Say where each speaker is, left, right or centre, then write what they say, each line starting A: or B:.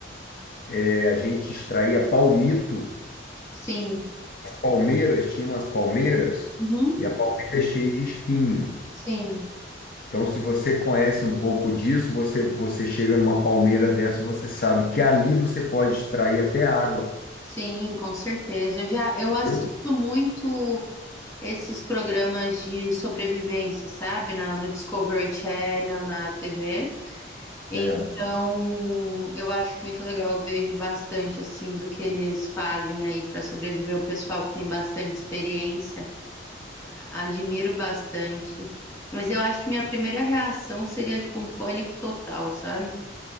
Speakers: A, on the left; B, on the left.
A: eh, a gente extraía palmito,
B: Sim.
A: as palmeiras, tinha umas palmeiras
B: Uhum.
A: e a palmeira é cheia de espinho.
B: Sim.
A: Então, se você conhece um pouco disso, você, você chega numa palmeira dessa, você sabe que ali você pode extrair até água,
B: Sim, com certeza. Eu já eu assisto
A: viu?
B: muito esses programas de sobrevivência, sabe? Na, no Discovery Channel, na TV.
A: Certo.
B: Então, eu acho muito legal, eu vejo bastante assim do que eles fazem aí para sobreviver. O pessoal que tem bastante experiência, admiro bastante. Mas eu acho que minha primeira reação seria tipo um pânico total, sabe?